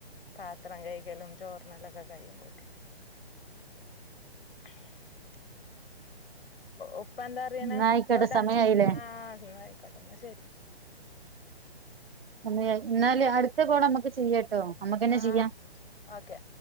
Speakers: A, on the left; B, on the right.
A: പാത്രം കൈകലും ചോറുണ്ണലൊക്കെ കഴിയുമ്പോഴതേന് <unintelligible> ഉപ്പ എന്താ അറിയിനെ
B: ഇന്നാ
A: ഉപ്പഎവുടെ
B: ആയിക്കോട്ടെ സമയായില്ലേ
A: ആഹ് എന്ന ആയിക്കോട്ടെ എന്ന ശരി
B: സമയായി എന്നാൽ അടുത്ത കാൾ നമ്മക്ക് ചെയ്യാ കേട്ടോ നമുക്കന്നെ
A: ആഹ്
B: ചെയ്യാം
A: ഓക്കെ